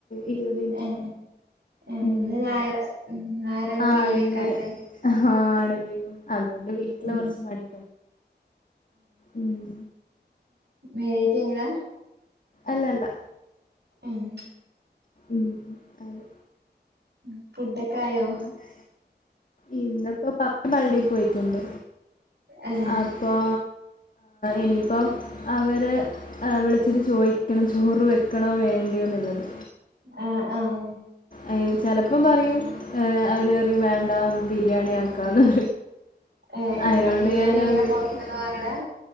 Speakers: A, on the left; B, on the right.
A: ഇരുവത് മിനിറ്റ്.
B: ഏഹ് ഏഹ്
A: ഉം
B: ഇന്ന് ഞായർ
A: അതെ.
B: ഉം ഞായറായോണ്ട്
A: ആഹ്
B: ലീവേക്കാരല്ലേ
A: ഇന്ന് ആഹ് ആണല്ലേ. അതുകൊണ്ട് വീട്ടിലെ
B: ഉം
A: കൊറച്ച് പണി ഉം
B: മേരേജഴിഞ്ഞതാ?
A: അല്ലല്ല
B: ഉം
A: ഉം അതെ
B: ഉം ഫുഡൊക്ക ആയോ
A: പിന്നെ ഇന്നിപ്പോ പപ്പ പള്ളിയിൽ പോയിട്ടുണ്ട്
B: ഏഹ്
A: ആഹ് ഇപ്പോൾ ഇനിപ്പം അവര് വിളിച്ചിട്ട് ചോദിക്കണം ചോറ് വെക്കണോ വേണ്ടിയോന്നുള്ളത്
B: ആഹ് ആഹ്
A: ആഹ് ചിലപ്പം പറയും ഏഹ് അവര് പറയുംവേണ്ട ബിരിയാണി ആകാന്
B: ഏഹ് ഏഹ്
A: അയിനോണ്ട്
B: അ ബിരിയാണി
A: ഞാൻ
B: എങ്ങനെ
A: <unintelligible>
B: പൊറത്ത്ന്ന് വാങ്ങലാ